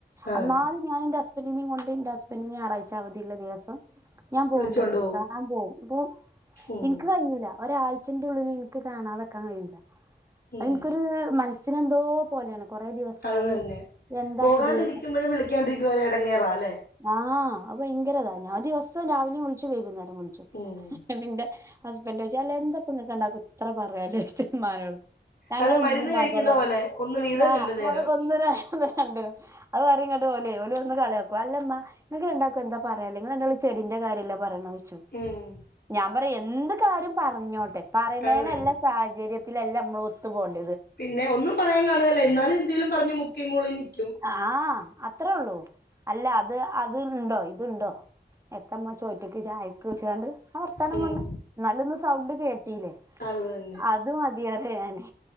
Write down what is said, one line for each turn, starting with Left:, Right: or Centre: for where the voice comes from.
Left: ആഹ്
Right: അന്നലും ഞാൻ എന്റെ ഹസ്ബൻഡിനെയും കൊണ്ട് എന്റെ ഹസ്ബൻഡിനെ ഞാറാഴ്ച അവധിയുള്ള ദിവസം ഞാൻ പോവും
Left: വിളിച്ചോണ്ട്
Right: എന്റെ വീട്ടക്
Left: പോവും
Right: കണാ പോവും പോ
Left: ഉം
Right: എനിക്ക് കഴിൂല ഒരാഴ്ചന്റെ ഉള്ളിൽ ഇനിക്ക് കാണാതാക്കാൻ കഴിയൂല്ല
Left: ഉം
Right: അത് ഇൻക്കൊരു മനസി സിനെന്തോ പോലെണ് കൊറെ ദിവസായി
Left: അത് തന്നെ
Right: എന്താപതെ
Left: പോകാണ്ടിരിക്കുമ്പഴ്
Right: പുതിയേ
Left: വിളിക്കാണ്ടിരിക്കുമ്പോ ഒരു എടങ്ങേറാ അല്ലെ
Right: ആ അത് ഭയങ്കര ഇതാ ഞാൻ ദിവസം രാവിലിം വിളിച്ചു വൈകുന്നേരം വിളിച്ചു
Left: ഉം
Right: നിന്റെ ഹസ്ബൻറ് ചോയ്ച്ചും അല്ല എന്തൊപ്പ ങ്ങക്ക് രണ്ടാകും ഇത്ര പറയാന് ഉമ്മനോട് ഞങ്ങള്
Left: അല്ല മരുന്ന്
Right: ഉമമീം
Left: കഴിക്കുന്ന
Right: മകളാണ്
Left: പോലെ ഒന്ന് വീതം
Right: ആ
Left: രണ്ടു നേരം
Right: ഒന്നിരണ്ട് അത് പറട്ട ലഓല് ഓല് ഒന്ന് കളിയാകും അല്ലമ്മങ്ങക്ക് രണ്ടൾകും എന്താ പറയാള്ളത് ങ്ങള് രണ്ടാളും ചെടിന്റെ കാര്യം ല്ലെ പറയണത്.
Left: ഉം
Right: ഞാൻ പറയാ എന്ത് കാര്യം പറഞ്ഞോട്ടെ പറയുണെലല്ല
Left: അത് തന്നെ
Right: സാഹചര്യത്തി ത്തിലെല്ലാം നമ്മളെ ഒത്തു പോകേണം
Left: പിന്നെ ഒന്നും പറയാൻ കാണുകല്ല എന്നാലും എന്തേലും പറഞ്ഞഞ് മുക്കി മൂളിൻ നിൽക്കും.
Right: ആഹ് അത്രേ ഉള്ളൂ അല്ല അത് അത് ഇണ്ടോ ഇതുണ്ടോ എത്തമ്മ ചോറ്റക്ക് ചായക്ക്ച്ചാണ്ട് ആ വർത്താനം
Left: ഉം
Right: പറഞ്ഞ ന്നാ ല്ലൊന്ന് സൗണ്ട് കേട്ടീല്ലേ
Left: അത് തന്നെ
Right: അത് മതിയാറിം ഞാന്